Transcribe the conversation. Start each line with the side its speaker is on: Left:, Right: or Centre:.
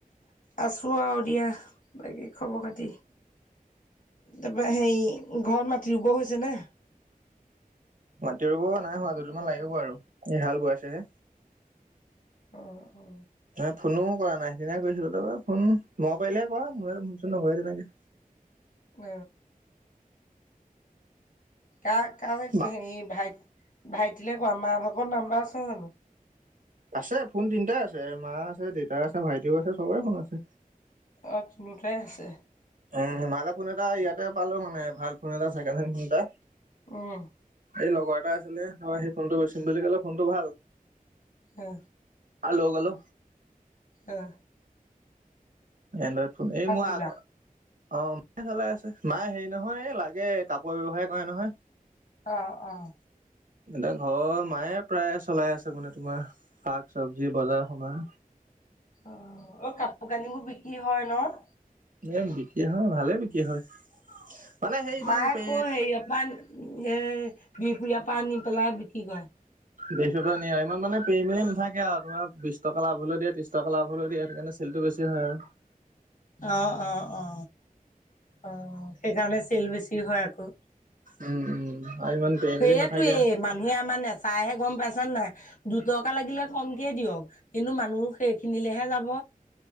Left: আছো আৰু দিয়া বাকী খবৰ খাতি তাপা সেই ঘৰত মাটি ৰুব হৈছে নে
Right: মাতি ৰুব নাই হোৱা দুদিমান লাগিব আৰু এ হাল বোৱাইছেহে
Left: অ অ
Right: সেয়া ফোনো কৰা নাই সেইদিনাই কৰিছিলো তাৰ ফোন মই কৰিলেহে কৰা মোৰ ওচৰত নকৰে তেনেকে
Left: <inaudible> অ। কাৰ কাৰ
Right: মা
Left: হেৰি ভাইট ভাইটিল কোৱা মা ভাগৰ নাম্বাৰ আছে জানো?
Right: আছে ফোন তিনিটাই আছে মা আছে দেউতা আছে ভাইটিও আছে চবৰে ফোন আছে
Left: অ তিনিওটাই আছে
Right: উম মা লে ফোন এটা ইয়াতে পালো মানে ভাল ফোন এটা ছেকেণ্ড হেণ্ড ফোন এটা
Left: উম
Right: এই এটা আছিলে সেই ফোনটো গচিম বুলি ক'লে ফোনটো ভাল।
Left: হে
Right: হাল গলো।
Left: আহ।
Right: উ এনড্ৰইড ফোন এই মোৰ
Left: দিলা
Right: আগৰ অ মায়ে চলাই আছে মাই হেৰি নহয় লাগে কাপোৰ ব্যৱসায় কৰে নহয়।
Left: আহ আহ।
Right: এতিয়া ঘৰ মায়ে প্ৰায় চলাই আছে, মানে তোমাৰ শাক, চবজি, বজাৰ সমাৰ।
Left: অ অ কাপোৰ কানিবোৰ বিক্ৰী হয় ন?
Right: এ বিক্ৰী হয় ভালে বিক্ৰী হয়। মানে সেই ইমান
Left: মায়ে
Right: পে
Left: আকৌ হেৰি অপ এ বিহপুৰীয়া পানী পেলাই বিক্ৰী কৰে।
Right: দেখ নিয়া ইমান মানে পেৰি মেলি নাথাকে আৰু বিশ টকা লাভ হলে দিয়ে, তিশ টকা লাভ হলে দিয়ে এনে চে খেলটো বেছি হয়।
Left: অ অ অ অ, সেইকাৰণে চেল বেছি হয় আকৌ।
Right: উম উম আৰু ইমান পেৰি
Left: সেইয়াতোয়েই
Right: মেলি নাথাকে অ
Left: মানুহে আমাৰ নেচাইহে গম পাইছ ছে নাই দুটকা লাগিলে কমকে দিয়ক কিন্তু মানুহ সেইখিনিলেহে যাব।